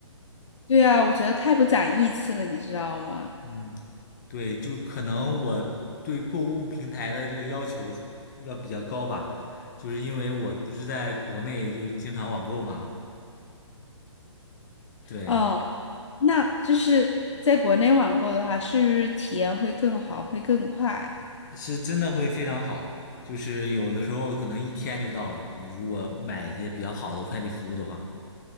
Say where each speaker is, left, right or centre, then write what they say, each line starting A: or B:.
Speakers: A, on the left; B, on the left.
A: 对啊，我觉得太不讲义气了，你知道吗？
B: 嗯，对，就可能我对购物平台的这个要求要比较高吧，就是因为我不是在国内就是经常网购嘛，对，
A: 哦，那就是在国内网购的话，是不是体验会更好，会更快？
B: 是真的会非常好，就是有的时候可能一天就到了，你如果买一些比较好的快递服务的话。